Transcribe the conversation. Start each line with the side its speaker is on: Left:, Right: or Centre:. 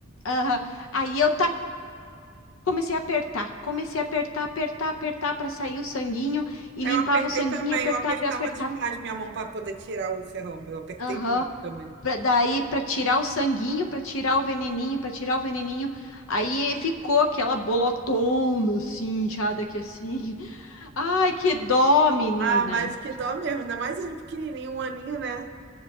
Left: Aham. Aí eu ta- comecei a apertar, comecei a apertar, apertar, apertar para sair o sanguinho e
Right: Aí
Left: limpava
Right: Eu apertei
Left: o sanguinho
Right: também,
Left: e apertava
Right: eu apertava
Left: e apertava.
Right: demais minha mão para poder tirar o ferrão. Eu apertei
Left: Aham.
Right: muito também.
Left: Pra- daí para tirar o sanguinho, para tirar o veneninho, para tirar o veneninho. Aí ficou aquela bolotona assim, inchada aqui assim. <laughs> Ai, que dó, menina.
Right: Ah, mas que dó mesmo, ainda mais ele pequenininho, um aninho, né?